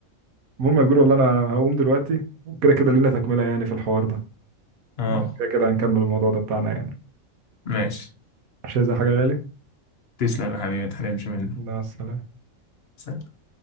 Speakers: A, on the right; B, on the left.
A: المهم يا كبير والله انا هقوم دلوقتي وكده كده لينا تكملة يعني في الحوار ده
B: اه
A: كده كده هنكمل الموضوع ده بتاعنا يعني
B: ماشي
A: مش عايز أي حاجة غالي
B: تسلم يا حبيبي ما تحرمش مني
A: مع السلامة
B: سلام.